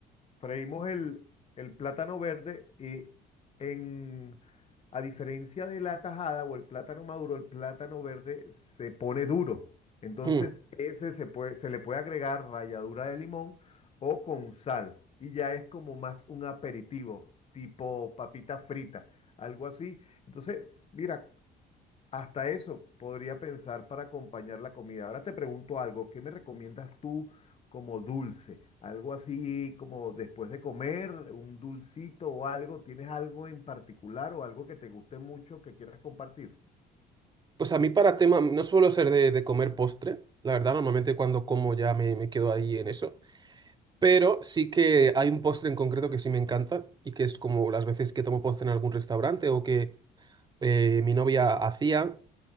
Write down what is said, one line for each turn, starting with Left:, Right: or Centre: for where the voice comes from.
Left: Freímos el, el plátano verde y en, a diferencia de la tajada o el plátano maduro, el plátano verde se pone duro. Entonces,
Right: Hmm.
Left: ese se puede, se le puede agregar ralladura de limón o con sal. Y ya es como más un aperitivo, tipo papita frita, algo así. Entonces, mira, hasta eso podría pensar para acompañar la comida. Ahora te pregunto algo, ¿qué me recomiendas tú como dulce? Algo así como después de comer, un dulcito o algo. ¿Tienes algo en particular o algo que te guste mucho que quieras compartir?
Right: Pues a mí para tema, no suelo ser de, de comer postre, la verdad, normalmente cuando como ya me, me quedo ahí en eso, pero sí que hay un postre en concreto que sí me encanta y que es como las veces que tomo postre en algún restaurante o que eh, mi novia hacía,